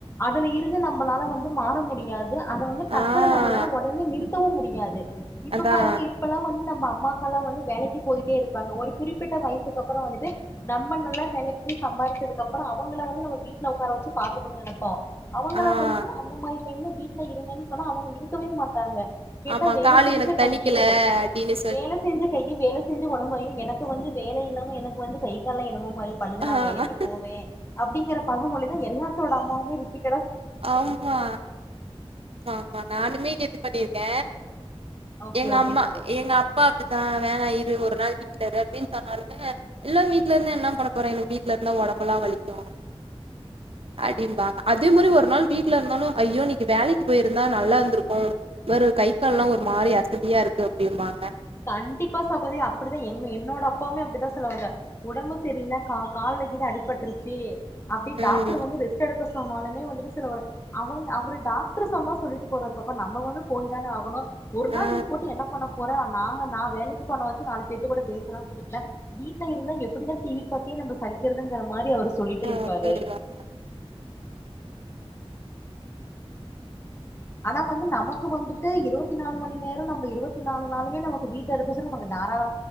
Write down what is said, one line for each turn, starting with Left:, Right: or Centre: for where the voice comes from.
Left: அதுல இருந்து நம்பளால வந்து மாற முடியாது அத வந்து டக்குனு
Right: ஆஹ்
Left: நம்பளால உடனே நிறுத்தவு முடியாது இப்ப
Right: அதான்
Left: பாருங்க இப்பெல்லாம் வந்து நம் நம்ம அம்மாக்கெல்லாம் வந்து வேலைக்கு போயிட்டே இருப்பாங்க ஒரு குறிப்பிட்ட வயசுக்கு அப்புறம் வந்துட்டு நம்ம நல்லா வேலைக்கு போய் சம்பாரிச்சதுக்கு அப்புறம் அவங்கள வந்து நம்ம வீட்ல உட்கார வெச்சு பாத்துக்கண்னுனு நெனப்போ அவங்கள
Right: ஆஹ்
Left: வந்து அந்த மாரி டைம்ல வீட்ல இருங்கனு சொன்னா அவங்க இருக்கவே மாட்டாங்க கேட்டா
Right: ஆமா
Left: வேல
Right: காலு
Left: செஞ்ச
Right: எனக் தணிக்கல
Left: கையி
Right: அப்டின்னு
Left: வேல செஞ்ச கைய்யி வேல செ செஞ்ச ஒடம்பையு எனக்கு வந்து வேலயில்லாம எனக்கு வந்து கை காலு என்னமோ மாரி பண்ணுது
Right: ஆஹ்
Left: நா வேலைக்கு போவே அப்டிங்குற பழமொழிதா எல்லாத்தோட அம்மாவுமே ரிப்பீட்
Right: ஆமா மா ஆமா நானுமே நீ என்ன பண்ணிருக்க
Left: ஓகே
Right: எங்க
Left: ஓகே
Right: அம்மா
Left: சகோ
Right: எங்க அப்பாக்கு ஆஹ் வேணா இரு ஒரு நாளு வீட்ல ரு அப்டின்னு சொன்னாலுமே இல்லா வீட்ல இருந்து என்ன பண்ண போற எனக்கு வீட்ல இருந்தா ஒடம்பெல்லா வலிக்கு அடிம்பாங்க அதே மாரி ஒரு ஒரு நாள் வீட்ல இருந்தாலு ஐயோ இன்னிக்கு வேலைக்கு போய்ருந்தா நல்லா இருந்துருக்கு வேற கை கால்லா ஒரு மாரி அசதியாருக்கு அப்டிம்பாங்க
Left: கண்டிப்பா சகோதரி அப்புடிதா எங்க என்னோட அப்பாவுமே அப்டிதா சொ சொல்லுவாங்க உடம்பு சரியில்ல கா கால்ல கீது அடிபட்ருச்சு அப்டி
Right: ம்
Left: டாக்டர் வந்து ரெஸ்டெடுக்க சொ சொன்னாலுமே வந்துட்டு சில ஒரு அவுங் அவுரு டாக்டர் சொன்னா சொல்லிட்டு போறாரு பாப்பா நம்ப வந்து போய் தான ஆகணு ஒரு நாள்
Right: ஆ
Left: லீவ் போட்டு என்ன பண்ண போற அந் நாங்க நா வேலக்கி போனவாச்சு நாளு பேர்துகூட பேசலா புடிகலா வீட்ல இருந்தா எப்பிடிதா டிவி பாத்தியே நம்ப சலிக்குறதுங்குற மாரி அவரு சொ சொல்லிடேருப்பாரு
Right: ஆ, சரிதான்.
Left: ஆனா வந்து நமக்கு வந்துட்டு இருவத்தி நாலு மணி நேரமு நம்ப இருவத்தி நாலு நாளுமே நமக்கு வீட்ல இருக்க சொன்னா நம்ப தாராள